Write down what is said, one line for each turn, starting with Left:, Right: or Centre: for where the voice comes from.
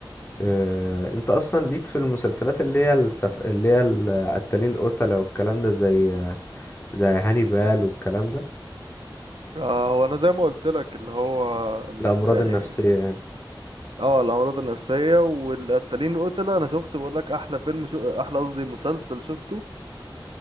Left: آه، أنت أصلا ليك في المسلسلات اللي هي السف... اللي هي القتالين القتلة والكلام ده زي زي هانيبال والكلام ده
Right: آه هو انا زي ما قلت لك اللي هو ال...
Left: الأمراض
Right: يعني
Left: النفسية يعني
Right: اه الامراض النفسيه والقتالين القتله انا شفت بقول لك احلى فيلم شو احلى قصدي مسلسل شفته